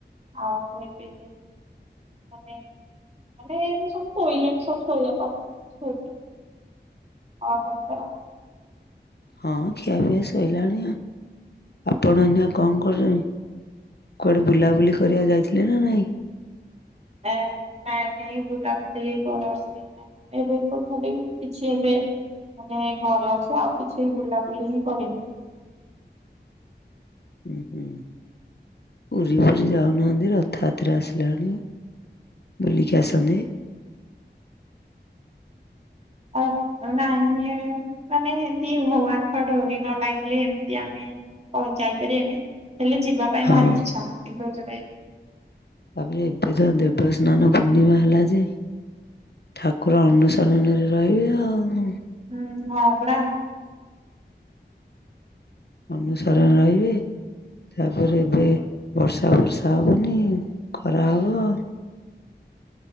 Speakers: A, on the right; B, on the left.
A: ଆଉ ଏବେ ମାନେ ମାନେ ଏ ଯୋଉ ସବୁ ଶୋଇଲେଣି ସବୁ ଶୋଇବାକୁ <unintelligible> ଆଉ ଆପଣ କଂର?
B: ହଁ ଖିଆପିଆ ସଇଲାଣି ଆପଣ ଏଇନା କଣ କରୁଚନ୍ତି? କୁଆଡେ ବୁଲାବୁଲି କରିବାକୁ ଯାଇଥିଲେ ନା ନାଇଁ?
A: ନା ନାଇଁ ବୁଲାବୁଲି ଘରେ ଅସୁବି ଧା ଏବେ ତ ଖାଲି କିଛି ଏବେ ମାନେ ଘରେ ଅଛି ଆଉ କିଛି ବୁଲାବୁଲି ହିଁ କରିନି।
B: ଉଁ ହୁଁ, ପୁରୀ ଫୁରୀ ଯାଉନାହାନ୍ତି ରଥ ଯାତ୍ରା ଆସିଲାଣି। ବୁଲିକି ଆସନ୍ତେ।
A: ଓ ନାଇଁ ଏ ମାନେ ଏମିତି ଭଗବାନଙ୍କ ଡୋରି ନ ଲାଗିଲେ ଏମତି ଆମେ କଣ ଯାଇପାରିବାନି? ହେଲେ ଯିବା ପାଇଁ
B: ହଁ
A: ଭାରି ଇଚ୍ଛା କିନ୍ତୁ ଯେବେ
B: ତାପରେ ଏବେ ଯୋ ଦେବ ସ୍ନାନ ପୂର୍ଣ୍ଣିମା ହେଲା ଯେ ଠାକୁର ଅନୁସରଣରେ ରହିବେ ଆଉ।
A: ହୁଁ ହଁ ବରା।
B: ଅନୁସରଣ ରହିବେ। ତାପରେ ଏବେ ବର୍ଷା ଫର୍ଷା ହବନି ଖରା ହବ।